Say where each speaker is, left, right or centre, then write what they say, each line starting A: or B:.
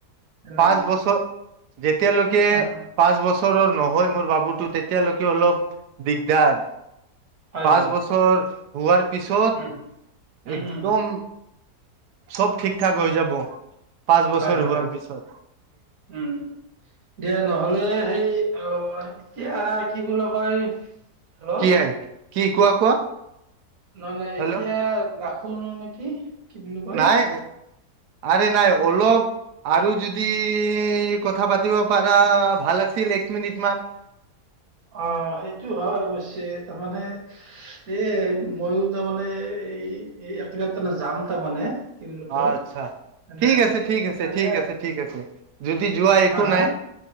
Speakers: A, on the right; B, on the right.
A: নাই
B: পাঁচ বছৰ। যেতিয়ালৈকে
A: আহ,
B: পাঁচ বছৰৰ নহয় মোৰ বাবুটো। তেতিয়ালৈকে অলপ। দিগদাৰ
A: হয়,
B: পাঁচ
A: হয়, হয়।
B: বছৰ হোৱাৰ পিছত
A: উম, উম,
B: একদম।
A: উম,
B: চব ঠিক। ঠিকঠাক হৈ যাব পাঁচ বছৰ
A: হয়, হয়,
B: হোৱাৰ
A: হয়।
B: পিছত।
A: উম দিয়া নহ'লে সেই। অ এতিয়া কি বুলি কয়। হেল্ল'
B: কি আই কি কোৱা কোৱা
A: নহ নাই
B: হেল্ল'
A: এতিয়া। ৰাখোন নেকি? কি বোলো কয়।
B: নাই নাই অলপ। আৰু যদি কথা কথা পাতিব পাৰা ভাল আছিলে। পাঁচমিনিট মান
A: অ', সেইটো হয় অৱশ্যেই তাৰমানে এ মইওঁ তাৰমানে এই, এই এজাগাত যাম তাৰমানে। কি বুলি কয়
B: আচ্ছা ঠিক,
A: নাই
B: আছে ঠিক,
A: সেইকাৰণে
B: আছে ঠিক
A: আৰু।
B: আছে ঠিক, আছে যদি যোৱা একো
A: হা হা
B: নাই,